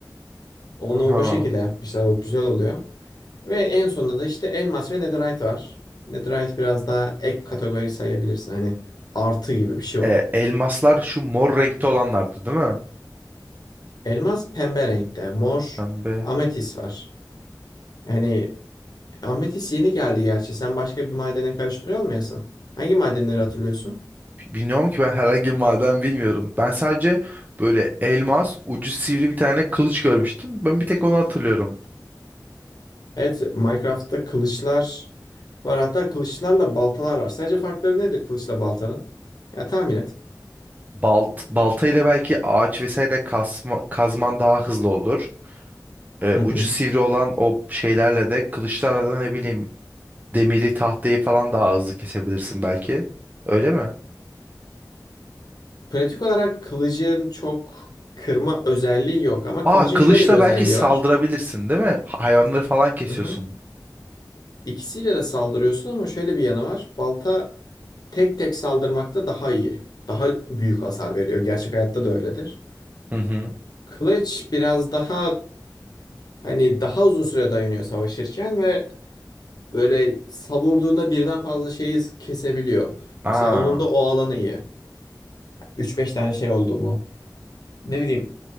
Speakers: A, on the left; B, on the right.
A: Onu
B: Aha.
A: o şekilde yapmışlar. O güzel oluyor. Ve en sonunda da işte elmas ve netherite var. Netherite biraz daha ek kategori sayabilirsin. Hani artı gibi bir şey o.
B: E, elmaslar şu mor renkte olanlardı değil mi?
A: Elmas pembe renkte. Mor
B: Pembe.
A: ametis var. Yani ametis yeni geldi gerçi. Sen başka bir madene karıştırıyor olmayasın. Hangi madenleri hatırlıyorsun?
B: Bi- Bilmiyorum ki ben herhangi bir maden bilmiyorum. Ben sadece böyle elmas ucu sivri bir tane kılıç görmüştüm. Ben bir tek onu hatırlıyorum.
A: Evet, Minecraft'ta kılıçlar var. Hatta kılıçlarla baltalar var. Sence farkları nedir kılıçla baltanın? Ya tahmin et.
B: Balt, balta ile belki ağaç vesaire kasma, kazman daha hızlı olur. E,
A: Hı hı.
B: ucu sivri olan o şeylerle de kılıçlarla da ne bileyim demiri tahtayı falan daha hızlı kesebilirsin belki. Öyle mi?
A: Pratik olarak kılıcın çok kırma özelliği yok ama
B: Aa
A: kılıcın
B: kılıçla
A: şöyle bir özelliği
B: belki saldırabilirsin
A: var.
B: değil mi? Ha- Hayvanları falan kesiyorsun.
A: Hı hı. İkisiyle de saldırıyorsun ama şöyle bir yanı var. Balta tek tek saldırmakta daha iyi. Daha büyük hasar veriyor. Gerçek hayatta da öyledir.
B: Hı hı.
A: Kılıç biraz daha hani daha uzun süre dayanıyor savaşırken ve Böyle savurduğunda birden fazla şeyi kesebiliyor.
B: Aa.
A: Mesela onun da o alanı iyi. Üç beş tane şey oldu mu? Ne bileyim